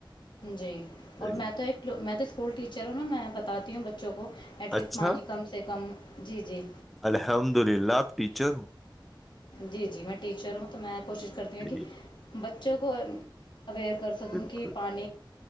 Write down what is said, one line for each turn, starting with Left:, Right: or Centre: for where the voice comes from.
Left: جی
Centre: صحیح
Left: اور میں تو ایک میں تو اسکول ٹیچروں نا میں بتاتی ہوں بچوں کو ایٹ لیس
Centre: اچھا
Left: پانی کم سے کم جی جی
Centre: الحمد للہ آپ ٹیچر ہو
Left: جی جی میں ٹیچر ہوں تو میں کوشش کرتی ہوں
Centre: صحیح
Left: کہ بچوں کو اویئر کر
Centre: ہے،
Left: سکوں
Centre: بالکل
Left: کہ پانی